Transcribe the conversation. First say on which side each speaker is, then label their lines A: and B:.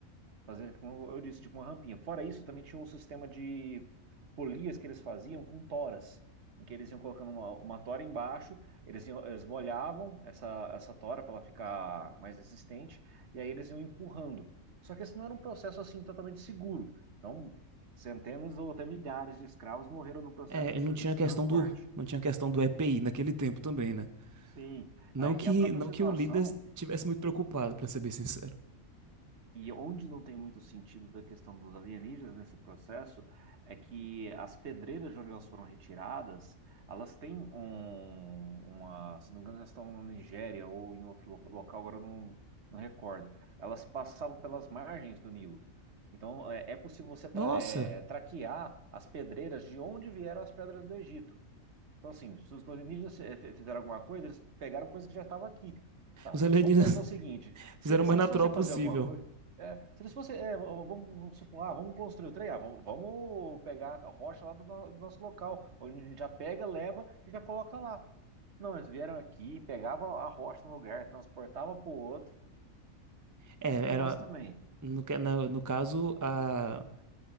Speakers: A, on the right; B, on the right.
A: Fazer, como eu disse, tipo uma rampinha. Fora isso, também tinha um sistema de polias que eles faziam com toras, em que eles iam colocando uma, uma tora embaixo, eles, iam- eles molhavam essa, essa tora para ela ficar mais resistente, e aí eles iam empurrando. Só que esse não era um processo assim totalmente seguro. Então, centenas ou até milhares de escravos morreram no processo
B: É,
A: dessa-
B: eu não tinha
A: desse
B: questão
A: transporte.
B: do não tinha questão do EPI naquele tempo também, né?
A: Sim,
B: Não
A: Aí,
B: que
A: e a própria
B: não
A: situação.
B: que o líder estivesse muito preocupado, pra ser bem sincero.
A: E onde não tem muito sentido da questão dos alienígenas nesse processo é que as pedreiras de onde elas foram retiradas, elas têm um, uma, se não me engano, elas estão na Nigéria ou em outro lo- local, agora eu não, não recordo. Elas passavam pelas margens do Nilo. Então é, é possível você tra-
B: Nossa,
A: é, traquear as pedreiras de onde vieram as pedras do Egito. Então, assim, se os alienígenas eh, fe- fizeram alguma coisa, eles pegaram coisa que já estava aqui. Tá,
B: os alienígenas
A: vamos pensar o
B: <laughs>
A: seguinte:
B: fizeram
A: se,
B: o
A: se
B: mais
A: eles
B: natural
A: fossem fazer
B: possível.
A: alguma coisa, eh, se eles fossem, eh, v- vamos supor, ah, vamos construir o trem, ah, vamos, vamos pegar a rocha lá do, no- do nosso local, onde a gente já pega, leva e já coloca lá. Não, eles vieram aqui, pegavam a rocha no lugar, transportava para o outro,
B: É,
A: meio tenso
B: era
A: também.
B: no, ca- na- no caso a